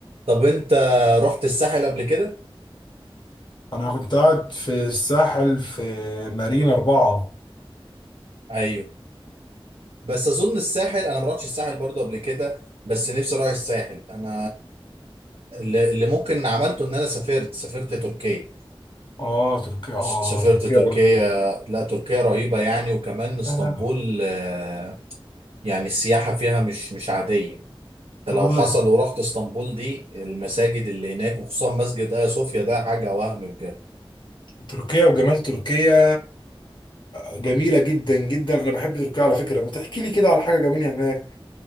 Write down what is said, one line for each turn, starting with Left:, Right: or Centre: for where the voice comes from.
Right: طب أنت رحت الساحل قبل كده؟
Left: انا كنت قاعد في الساحل في مارينا أربعة
Right: أيوه بس أظن الساحل أنا ما رحتش الساحل برضه قبل كده بس نفسي أروح الساحل أنا اللي اللي ممكن عملته إن أنا سافرت سافرت تركيا
Left: اه تركيا اه
Right: سافرت
Left: تركيا
Right: تركيا
Left: والجمال دي.
Right: لا تركيا رهيبة يعني وكمان اسطنبول
Left: آه،
Right: آه، يعني السياحة فيها مش مش عادية انت
Left: أنا
Right: لو
Left: بقول
Right: حصل
Left: لك
Right: ورحت اسطنبول دي المساجد اللي هناك وخصوصا مسجد آيا صوفيا ده حاجة وهم بجد
Left: تركيا وجمال تركيا جميلة جدا جدا انا بحب تركيا على فكرة ما تحكي لي كده على حاجة جميلة هناك